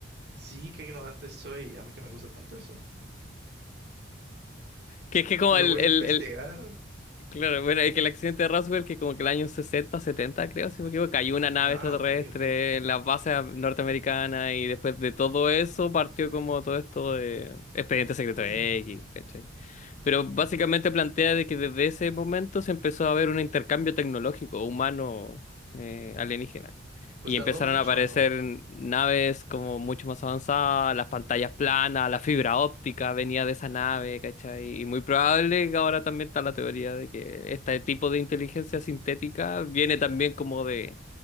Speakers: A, on the right (about 60°); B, on the left (about 40°).
A: Sí, qué ignorante soy, a mí que me gusta tanto eso.
B: Que es que como
A: Lo
B: el,
A: voy
B: el,
A: a investigar.
B: el- Claro, bueno, es que el accidente de Roswell, que como que el año 60 70 creo, si no me equivoco, cayó una nave
A: Ah,
B: extraterrestre
A: ok, ok.
B: en las bases norteamericanas y después de todo eso partió como todo esto de Expediente Secreto
A: Mm,
B: X, ¿cachai? Pero básicamente plantea de que desde ese momento se empezó a ver un intercambio tecnológico humano eh, alienígena.
A: pues
B: Y
A: tardó
B: empezaron
A: mucho,
B: a aparecer
A: ¿no?
B: naves como mucho más avanzadas, las pantallas planas, la fibra óptica venía de esa nave, ¿cachai? Y muy probable que ahora también está la teoría de que este tipo de inteligencia sintética viene también como de,